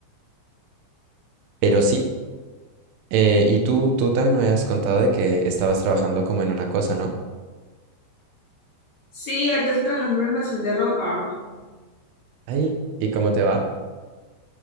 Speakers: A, on the right; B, on the left.
A: Pero sí, eh, y tú, tú también me habías contado de que estabas trabajando como en una cosa, ¿no?
B: Sí, ahorita estoy trabajando en un almacén de ropa.
A: Ahí, ¿y cómo te va?